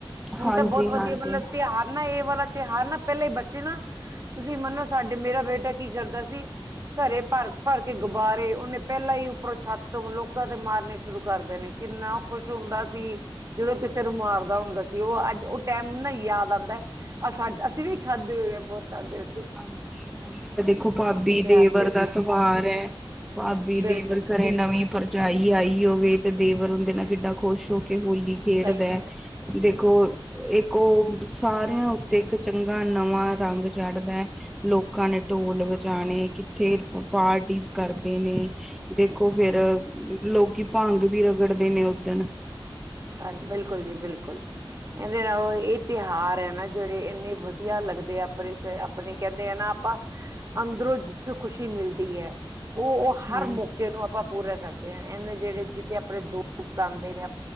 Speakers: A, on the right; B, in the centre.
A: ਹੁਣ
B: ਹਾਂਜੀ
A: ਤਾਂ ਬੋਤ
B: ਹਾਂਜੀ
A: ਵਧੀਆ ਮਤਲਬ ਤਿਹਾਰ ਨਾ ਇਹ ਵਾਲਾ ਤਿਹਾਰ ਨਾ ਪਹਿਲਾਂ ਈ ਬੱਚੇ ਨਾ। ਤੁਸੀਂ ਮੰਨੋਂ ਸਾਡੇ ਮੇਰਾ ਬੇਟਾ ਕੀ ਕਰਦਾ ਸੀ। ਘਰੇ ਭਰ ਭਰ ਕੇ ਗੁਬਾਰੇ ਉਹਨੇ ਪਹਿਲਾਂ ਈ ਉੱਪਰੋਂ ਛੱਤ ਲੋਕਾਂ ਤੇ ਮਾਰਨੇ ਸ਼ੁਰੂ ਕਰਦੇ ਨੇ ਕਿੰਨਾ ਖੁਸ਼ ਹੁੰਦਾ ਸੀ। ਜਦੋਂ ਕਿਸੇ ਨੂੰ ਮਾਰਦਾ ਹੁੰਦਾ ਸੀ ਉਹ ਅੱਜ ਉਹ ਟੈਮ ਨਾ ਯਾਦ ਆਦਾ। ਆ ਸਾਡਾ ਅਸੀਂ ਵੀ ਖਾਧੇ ਹੋਏ ਐ ਬੋਤ ਖਾਦੇ
B: ਹਾਂਜੀ, ਹੋਲੀ ਦਾ ਦੇਖੋ ਭਾਬੀ
A: ਤਿਉਹਾਰ
B: ਦੇਵਰ
A: ਤੇ ਵੀ।
B: ਦਾ ਤਿਉਹਾਰ ਐ, ਭਾਬੀ
A: ਬਿਲਕੁਲ
B: ਦੇਵਰ ਘਰੇ
A: ਬਿਲਕੁਲ
B: ਨਵੀਂ ਪ੍ਰ ਭਰਜਾਈ ਆਈ ਹੋਵੇ ਤੇ ਦੇਵਰ ਉਹਦੇ ਨਾਲ ਕਿਡਾ ਖੁਸ਼ ਹੋ ਕੇ ਹੋਲੀ ਖੇਡਦਾ।
A: ਸਹੀ ਗੱਲ ਹੈ
B: ਦੇਖੋ ਇੱਕ ਉਹ ਸਾਰਿਆਂ ਉੱਤੇ ਇੱਕ ਚੰਗਾ ਨਵਾਂ ਰੰਗ ਚੜਦਾ। ਲੋਕਾਂ ਨੇ ਢੋਲ ਵਜਾਣੇ ਕਿੱਥੇ ਪਾਰਟੀਜ਼ ਕਰਦੇ ਨੇ। ਦੇਖੋ ਫਿਰ
A: ਸਹੀ
B: ਲੋਕੀ ਭੰਗ ਵੀ ਰਗੜਦੇ ਨੇ ਓਦਣ
A: ਹਾਜੀ ਬਿਲਕੁੱਲ ਜੀ ਬਿਲਕੁੱਲ, ਇਹਦੇ ਨਾਲੋਂ ਇਹ ਤਿਹਾਰ ਐ ਨਾ ਜਿਹੜੇ ਇੰਨੇ ਵਧੀਆ ਲੱਗਦੇ ਆਪਣੇ ਆਪਣੇ ਕਹਿੰਦੇ ਆ ਨਾ ਆਪਾਂ ਅੰਦਰੋਂ ਜਿੱਥੋਂ ਖੁਸ਼ੀ ਮਿਲਦੀ ਐ। ਉਹ ਉਹ ਹਰ
B: ਹਾਂਜੀ
A: ਮੌਕੇ ਨੂੰ ਆਪਾਂ ਪੂਰਾ ਕਰਦੇ ਆ ਇਹਨੇ ਜਿਹੜੇ ਜਿੱਥੇ ਆਪਣੇ ਦੋਸਤ ਆਦੇ ਨੇ।